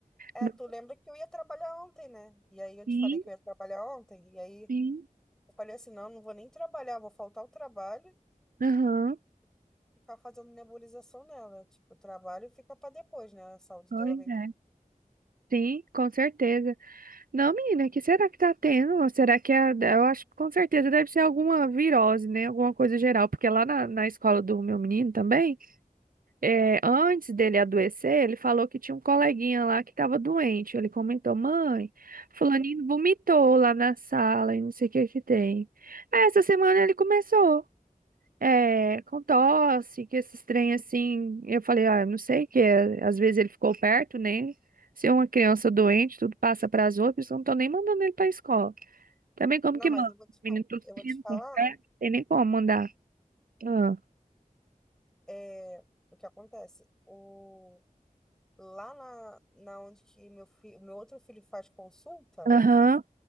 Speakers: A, in the centre; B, on the right.
A: É,
B: Não,
A: tu lembra que eu ia trabalhar ontem, né? E aí eu
B: Sim,
A: te falei que eu ia trabalhar ontem. E aí
B: sim.
A: eu falei assim, não, não vou nem trabalhar, vou faltar o trabalho
B: Aham.
A: e ficar fazendo nebulização nela. Tipo, o trabalho fica para depois, né? A saúde
B: Pois
A: dela vem.
B: é.
A: pri-
B: Sim, com certeza. Não, menina, que será que tá tendo? Ou Será que é, eu acho que com certeza deve ser alguma virose, né? Alguma coisa geral, porque lá na, na escola do meu menino também. é, antes dele adoecer, ele falou que tinha um coleguinha lá que estava doente. Ele comentou, mãe, fulaninho vomitou lá na sala e não sei o que que tem. Aí, Essa semana ele começou, é, com tosse, que esses trem assim. Eu falei, ah, eu não sei o que é. Às vezes ele ficou perto, né? Se é uma criança doente, tudo passa para as outras, eu não tô nem mandando ele para escola. Também como
A: Não,
B: que
A: mas
B: manda?
A: eu vou te
B: Menino
A: falar,
B: tossindo,
A: eu vou te falar
B: com febre, não tem nem como mandar. Ah,
A: é, o que acontece. O, lá na, na onde que meu, fi, meu outro filho faz consulta.
B: Aham,